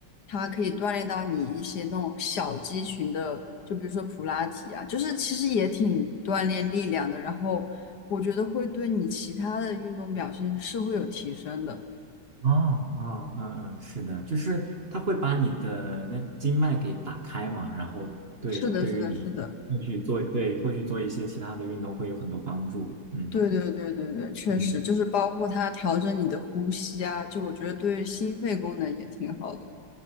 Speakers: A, on the left; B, on the right.
A: 它可以锻炼到你一些那种小肌群的，就比如说普拉提啊，就是其实也挺锻炼力量的。然后我觉得会对你其他的运动表现是会有提升的。
B: 哦哦，嗯嗯，是的，就是它会把你的那经脉给打开嘛，然后对对于你后续做对后续做一些其他的运动会有很多帮助。
A: 是的，是的，是的。
B: 嗯
A: 对对对对对，确实就是包括它调整你的呼吸啊，
B: 嗯，
A: 就我觉得对心肺功能也挺好的。